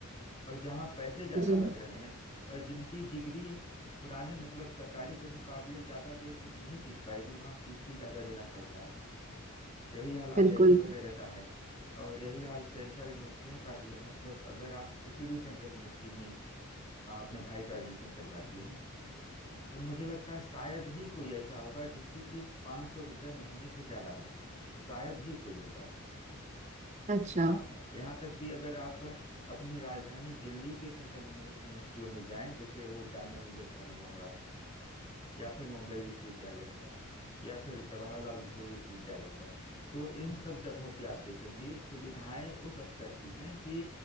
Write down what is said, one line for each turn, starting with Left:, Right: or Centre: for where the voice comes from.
Left: और जहां पैसे ज्यादा
Right: जी
Left: लग रहे हैं और जिनकी डिग्री पुराने मतलब सरकारी के मुकाबले ज्यादा देर तक नहीं टिक पाएगी वहां फीस भी ज्यादा देना पड़ता है यही हाल आईआईटी
Right: बिल्कुल
Left: वगैरह का है और यही हाल सेंट्रल यूनिवर्सिटियों का भी है मतलब अगर आप किसी भी सेंट्रल यूनिवर्सिटी में आ, अपने भाई का एडमिशन करवाती हैं तो मुझे लगता है शायद ही कोई ऐसा होगा जिसकी फीस पाँच सौ रुपये महीने से ज़्यादा होगी शायद ही कोई होगा
Right: अच्छा
Left: आप यहाँ तक कि अगर आप अपनी राजधानी दिल्ली के सेंट्रल यूनि- यूनिवर्सिटियों में जाएं जैसे वो जामिया मिल्लिया इस्लामिया हुआ या फिर मुंबई विश्वविद्यालय हुआ या फिर जवाहरलाल नेहरू विश्वविद्यालय हुआ तो इन सब जगहों पे आप देखेंगे सुविधाएं उस स्तर की हैं कि